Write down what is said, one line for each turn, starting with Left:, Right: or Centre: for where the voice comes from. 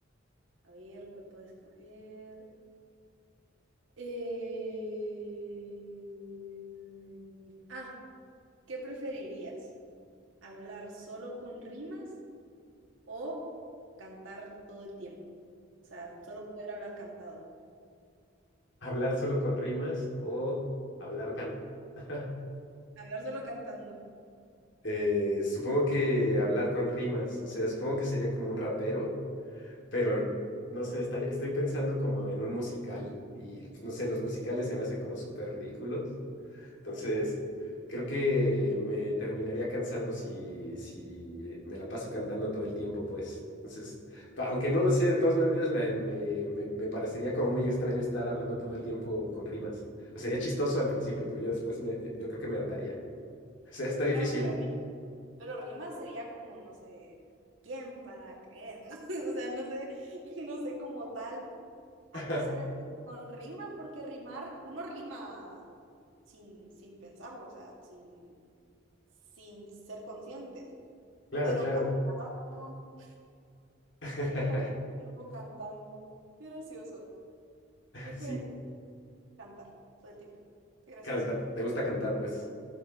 Right: a ver, ¿cuál puedo escoger? Eh, Ah, ¿Qué preferirías? ¿Hablar solo con rimas o cantar todo el tiempo? O sea, solo poder hablar cantado.
Left: ¿Hablar solo con rimas o hablar can... <laughs>
Right: Hablar solo cantando.
Left: Eh, supongo que hablar con rimas, o sea, supongo que sería como un rapero pero no sé, estaría, estoy pensando como en un musical y pues, no sé, los musicales se me hacen como súper ridículos. Entonces, creo que me terminaría cansando si, si me la paso cantando todo el tiempo, pues. Entonces, pa- aunque no lo sé, de todas maneras me, me, me, me parecería como muy extraño estar hablando todo el tiempo con rimas. O sería chistoso al principio, pero yo después me- yo, yo creo que me hartaría. O sea, está difícil.
Right: Claro, pero, ri- pero rimas sería como, no sé, ¿quién para qué? <laughs> O sea, no sé, no sé como tal a
Left: <laughs>
Right: qué se refiere con rimas, porque rimar, uno rima sin, sin pensarlo, o sea, sin, sin ser conscientes,
Left: Claro,
Right: pero
Left: claro.
Right: cantado, <laughs>
Left: <laughs>
Right: al mismo tiempo cantando. Qué gracioso. Yo escogería
Left: Sí,
Right: cantar todo el tiempo. Qué gracioso.
Left: canta. ¿Te gusta cantar, pues?